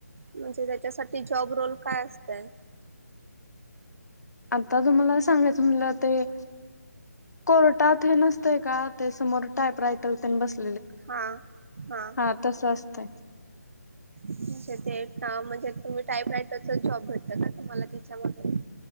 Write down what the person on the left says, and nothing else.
आता तुम्हाला सांगायचं म्हलं ते. कोर्टात हे नसतय का ते समोर टायप राय प बस
हा तस असतंय.